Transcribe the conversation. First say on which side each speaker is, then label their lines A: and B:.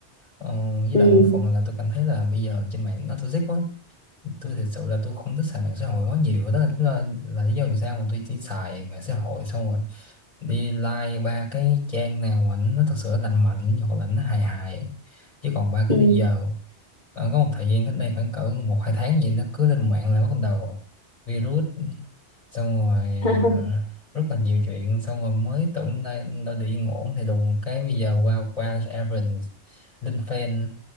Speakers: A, on the left; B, on the left.
A: ờ, với
B: ừ
A: lại một phần là tôi cảm thấy là bây giờ trên mạng nó toxic quá tôi thực sự là tôi không thích xài mạng xã hội quá nhiều đó là, là, là lý do vì sao mà tôi chỉ xài mạng xã hội xong rồi đi like ba cái trang nào mà nó thật sự lành mạnh hoặc là nó hài hài chứ còn ba cái
B: ừ
A: bây giờ ờ, có một thời gian cách đây khoảng cỡ một hai tháng gì nó cứ lên mạng là bắt đầu virus xong rồi
B: <laughs>
A: ờ, rất là nhiều chuyện xong rồi mới tưởng đây đâu được yên ổn thì đùng cái bây giờ qua qua Evans lên fan